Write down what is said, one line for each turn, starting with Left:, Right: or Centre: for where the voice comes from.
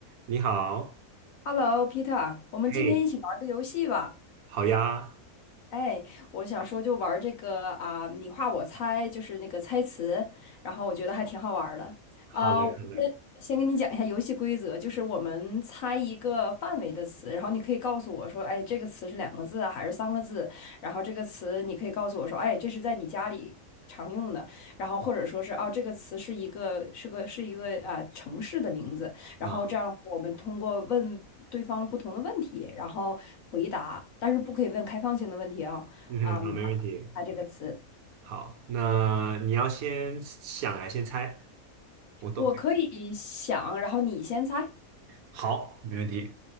Right: 你好，
Left: Hello，Peter，我们今天一起玩个游戏吧。
Right: 嘿，好呀，
Left: 哎，我想说就玩这个啊，你画我猜，就是那个猜词，然后我觉得还挺好玩儿的。
Right: 好嘞，
Left: 啊，我先先跟你讲一下游戏规则，
Right: 好嘞，
Left: 就是我们猜一个范围的词，然后你可以告诉我说，哎，这个词是两个字啊，还是三个字？然后这个词你可以告诉我说，哎，这是在你家里常用的，然后或者说是哦，这个词是一个是个是一个啊城市的名字。然后这样我们通过问对方不同的问题，
Right: 啊，
Left: 然后回答，但是不可以问开放性的问题啊，
Right: 嗯，
Left: 啊，嗯然后猜这个词，
Right: 好，没问题。好，那你要先想还是先猜？我都可以。
Left: 我可以想，然后你先猜。
Right: 好，没问题。